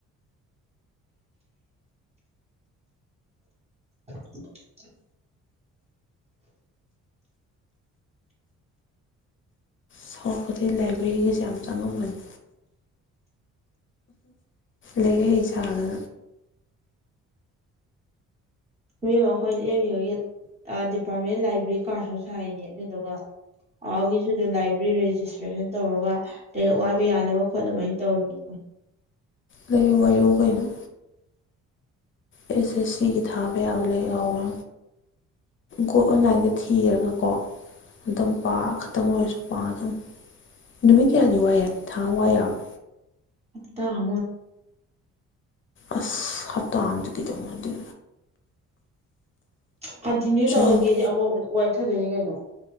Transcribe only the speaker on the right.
ꯊ
ꯃꯦꯝ ꯑꯩꯈꯣꯏꯅ ꯑꯦꯝ ꯌꯨꯒꯤ ꯗꯤꯄꯥꯔꯠꯃꯦꯟ ꯂꯥꯏꯕ꯭ꯔꯦꯔꯤ ꯀꯥꯔꯠꯁꯨ ꯁꯥꯏꯅꯦ ꯑꯗꯨꯗꯨꯒ ꯑꯒꯤꯁꯨ ꯂꯥꯏꯕ꯭ꯔꯦꯔꯤ ꯔꯦꯖꯤꯁꯇ꯭ꯔꯦꯁꯟ ꯇꯧꯔꯒ ꯂꯥꯏꯔꯛ ꯋꯥꯏꯕ ꯌꯥꯅꯕ ꯈꯣꯠꯅꯕꯥꯏꯅ ꯇꯧꯔꯤ
ꯇ ꯑ
ꯀꯟꯇꯤꯅ꯭ꯌꯨ ꯇꯧꯔꯒꯦꯗꯤ
ꯑꯃꯨꯛ ꯋꯥꯏꯊꯗꯣꯏꯅꯤ ꯀꯩꯅꯣ